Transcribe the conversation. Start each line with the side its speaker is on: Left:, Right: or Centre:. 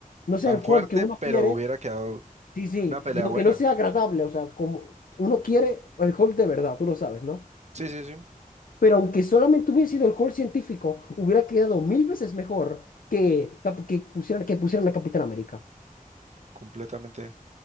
Left: no sea
Right: Tan
Left: el
Right: fuerte,
Left: Hulk que uno
Right: pero
Left: quiere,
Right: hubiera quedado
Left: sí, sí,
Right: una pelea
Left: y aunque
Right: buena.
Left: no sea agradable, o sea, como uno quiere el Hulk de verdad, tú lo sabes, ¿no?
Right: Sí, sí, sí.
Left: Pero aunque solamente hubiese sido el Hulk científico, hubiera quedado mil veces mejor que, Cap- que pusieran, que pusieran a Capitán América.
Right: Completamente